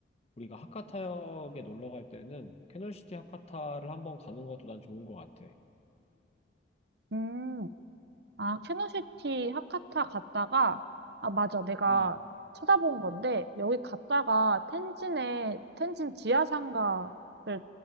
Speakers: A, on the left; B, on the right.
A: 우리가 하카타역에 놀러 갈 때는 캐널시티 하카타를 한번 가는 것도 난 좋은 것 같아.
B: 음, 아, 캐노시티 하카타 갔다가, 아, 맞아. 내가
A: 음,
B: 찾아본 건데, 여기 갔다가 텐진에, 텐진 지하상가를